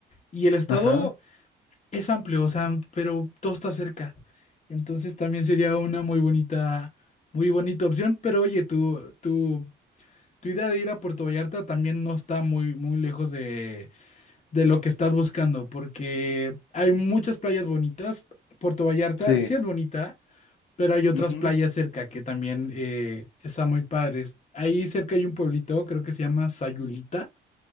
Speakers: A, on the left (about 35°); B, on the left (about 80°).
A: Y el estado
B: ajá,
A: es amplio, o sea, pero todo está cerca. Entonces también sería una muy bonita, muy bonita opción. Pero oye, tu, tu, tu idea de ir a Puerto Vallarta también no está muy, muy lejos de, de lo que estás buscando, porque hay muchas playas bonitas. Puerto Vallarta
B: sí,
A: sí es bonita, pero hay otras
B: ujú,
A: playas cerca que también eh, están muy padres. Ahí cerca hay un pueblito, creo que se llama Sayulita